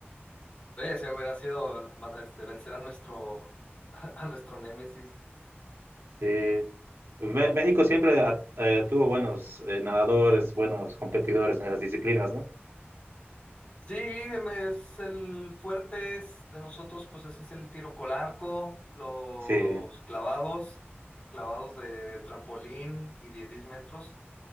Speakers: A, on the left; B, on the right.
A: Ese hubiera sido ma- este, vencer a nuestro, <laughs> a nuestro némesis.
B: Sí. Me- México siempre ah, eh, tuvo buenos eh, nadadores, buenos competidores en esas disciplinas, ¿no?
A: Sí, me- es el fuerte es- de nosotros, pues ese es el tiro con arco, los
B: Sí.
A: clavados, clavados de trampolín y de 10 metros.